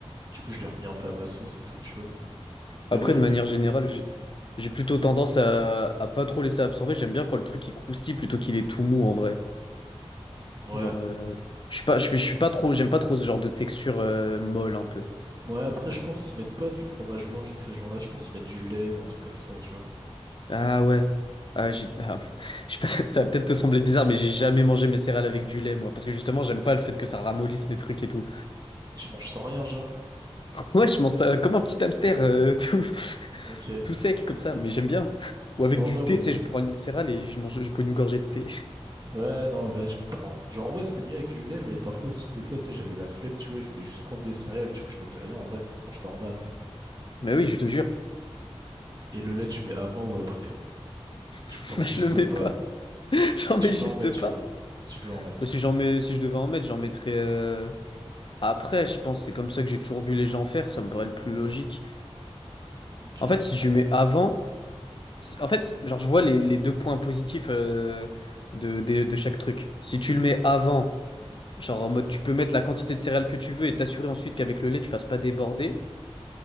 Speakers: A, on the right (about 40°); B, on the left (about 50°).
A: du coup, je l'ai remis un peu à ma sauce et tout, tu vois. Mais
B: Après,
A: ouais, il
B: de
A: y en
B: manière
A: a qui font
B: générale,
A: ça.
B: j'ai j'ai plutôt tendance à, à pas trop laisser absorber. J'aime bien quand le truc il croustille plutôt qu'il est tout mou en vrai.
A: Ouais.
B: Genre, euh, je suis pas, je suis, je suis pas trop, j'aime pas trop ce genre de texture euh, molle un peu.
A: Ouais, après, je pense qu'ils mettent pas du fromage blanc, ces gens-là, je pense qu'ils mettent du lait ou un truc comme ça, tu vois.
B: Ah ouais. Ah, j'ai... ah, <laughs> je sais pas, ça ça va peut-être te sembler bizarre, mais j'ai jamais mangé mes céréales avec du lait, moi. Parce que justement, j'aime pas le fait que ça ramollisse mes trucs et tout.
A: Tu manges sans rien, genre.
B: Ouais, je mange ça comme un petit hamster, euh, tout, <laughs>
A: Ok.
B: tout sec comme ça, mais j'aime bien. Ou avec
A: Non,
B: du
A: en vrai, moi
B: thé,
A: aussi.
B: tu sais, je prends une céréale et je mange, je bois une gorgée de thé. <laughs>
A: Ouais, non, en vrai, je comprends. Genre, en vrai, c'est mieux avec du lait, mais parfois aussi, des fois, tu sais, j'avais la flemme, tu vois, je voulais juste prendre des céréales, du coup, je mettais rien. En vrai, ça se mange normal.
B: Mais oui, je te jure,
A: Et le lait, tu mets avant ou après.
B: <laughs>
A: Du coup, t'en mets
B: je
A: juste
B: le mets
A: pas.
B: pas. <laughs> J'en
A: Si tu
B: mets
A: devais
B: juste
A: en mettre,
B: pas.
A: tu vois. Si tu devais en mettre.
B: Bah, si j'en mets, si je devais en mettre, j'en mettrais. euh, Après, je pense, c'est comme ça que j'ai toujours vu les gens faire, ça me paraît le plus logique.
A: Ok.
B: En fait, si je mets avant. Si- En fait, genre, je vois les, les deux points positifs euh, de, de- de chaque truc. Si tu le mets avant, genre en mode tu peux mettre la quantité de céréales que tu veux et t'assurer ensuite qu'avec le lait tu fasses pas déborder.